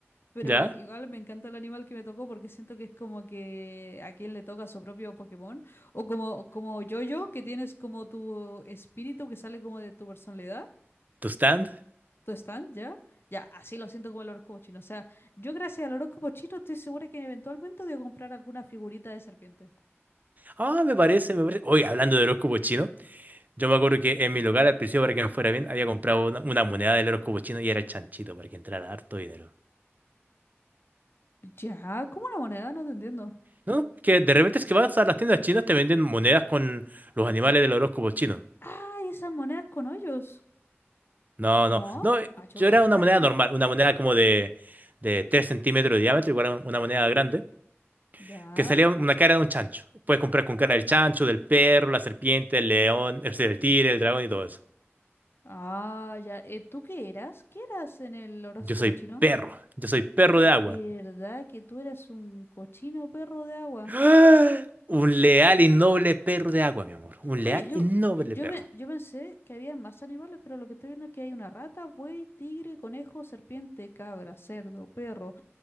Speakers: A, on the left (about 55°); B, on the right (about 40°).
A: Pero
B: ¿Ya?
A: igual me encanta el animal que me tocó porque siento que es como que a quien le toca su propio Pokémon. O como, como yo que tienes como tu espíritu que sale como de tu personalidad,
B: ¿Tu stand?
A: tu stand, ¿ya? Ya, así lo siento como el horóscopo chino. O sea, yo gracias al horóscopo chino estoy segura que eventualmente voy a comprar alguna figurita de serpiente.
B: Ah, me parece, me parece. Oye, hablando de horóscopo chino. Yo me acuerdo que en mi local, al principio, para que me fuera bien, había comprado una, una moneda del horóscopo chino y era el chanchito para que entrara harto dinero.
A: Ya, como una moneda? No te entiendo.
B: ¿No? Es que de repente es que vas a las tiendas chinas, te venden monedas con los animales del horóscopo chino.
A: ¡Ay, esas monedas con hoyos!
B: No,
A: No,
B: no, no, eh,
A: achuda.
B: yo era una
A: <laughs>
B: moneda normal, una moneda como de, de 3 centímetros de diámetro, igual a una moneda grande,
A: Ya.
B: que salía una cara de un chancho. Puedes comprar con cara del chancho, del perro, la serpiente, el león, el, el tigre, el dragón y todo eso.
A: Ah, ya. Eh, ¿tú qué eras? ¿Qué eras en el horóscopo
B: Yo soy
A: chino?
B: perro, yo soy perro
A: ¿Verdad
B: de agua.
A: que tú eras un cochino perro de agua?
B: <gasps> ¡Ah! Un leal y noble perro de agua, mi amor. Un
A: Oye,
B: leal
A: yo,
B: y noble
A: yo,
B: perro.
A: pe- yo pensé que había más animales, pero lo que estoy viendo es que hay una rata, buey, tigre, conejo, serpiente, cabra, cerdo, perro,